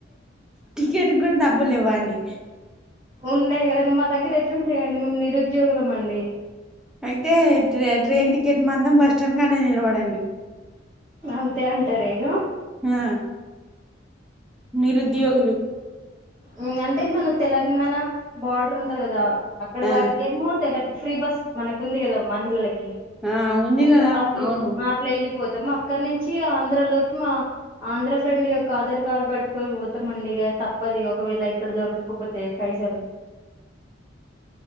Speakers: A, in the centre; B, on the right.
A: టికెట్ కూడా డబ్బులు లేవా అండి
B: ఉండయ్ కదండి మా దగ్గర ఎట్లుంటాయండి మేము నిరుద్యోగులం అండి
A: అయితే ట్రైన్ టికెట్ మందం బస్ స్టాండ్ కాన్నే నిలబడండి
B: అంతే అంటారా ఇగ
A: ఆ నిరుద్యోగులు
B: ఉ అంటే మన తెలంగాణ బార్డర్ ఉంటది కదా అక్కడ
A: ఆ
B: వరకేమో తెలక్ ఫ్రీ బస్ మనకు ఉంది కదా మహిళలకి కి
A: ఆ ఉంది
B: అట్ల
A: కదా
B: అట్ల
A: అవును
B: మా అట్లేళ్ళిపోతాం అట్ అక్కన్నించి ఆంధ్ర లోకి మా ఆంధ్ర ఫ్రెండ్ యొక్క ఆధార్ కార్డ్ బట్టి పోర్ పోతమండిగా తప్పదిగా ఒకవేళ ఇక్కడ దొరకకపోతే పైసలు